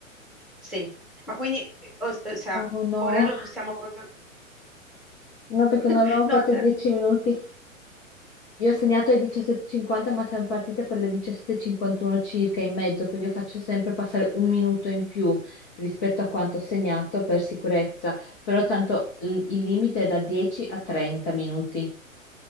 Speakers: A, in the centre; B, on the left (about 15°).
A: Sì, ma quindi, eh, o, o sea,
B: Oh no.
A: ora lo possiamo proprio...
B: No, perché
A: <laughs>
B: ne avevamo
A: No,
B: fatto
A: tra-
B: 10 minuti. Io ho segnato alle 17.50, ma siamo partite per le 17.51 circa in mezzo, quindi io faccio sempre passare un minuto in più rispetto a quanto ho segnato per sicurezza, però tanto il il limite è da 10 a 30 minuti.